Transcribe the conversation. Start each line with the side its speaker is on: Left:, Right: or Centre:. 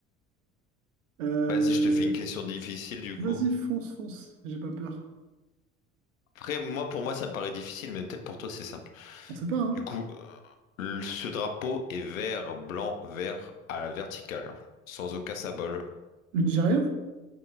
Right: Euh,
Left: Vas-y, je te fais une question difficile, du
Right: Vas-y,
Left: coup.
Right: fonce, fonce. J'ai pas peur.
Left: Après, moi, pour moi, ça me paraît difficile, mais peut-être pour toi, c'est simple.
Right: On sait pas, hein.
Left: Du coup, euh, ce drapeau est vert, blanc, vert à la verticale, sans aucun symbole.
Right: Le Nigeria?